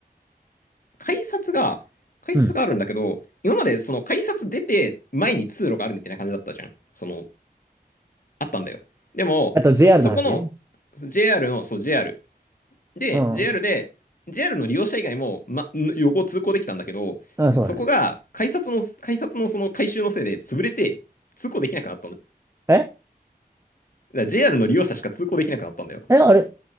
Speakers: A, on the left; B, on the right.
A: 改札が、改札があるんだけど、
B: うん。
A: 今までその改札出て前に通路があるみたいな感じだったじゃん。その、あったんだよ。でも、
B: あと JR
A: そこの、
B: の話
A: JR の、そう、JR、で、
B: うん。
A: JR で、JR の利用者以外も、ま、横通行できたんだけど、
B: あ、そうだね。
A: そこが、改札の、改札のその改修のせいで潰れて、通行できなくなったんだ。だか
B: ええ、
A: ら JR の利用者しか通行できなくなったんだよ。
B: あれ